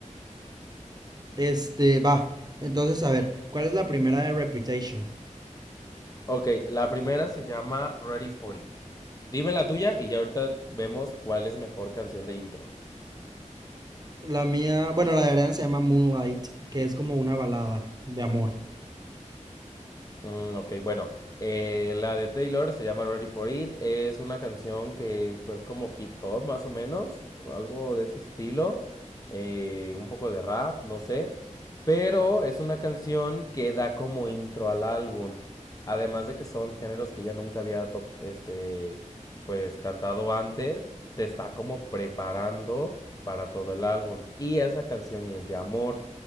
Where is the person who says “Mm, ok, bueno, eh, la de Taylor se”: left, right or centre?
Left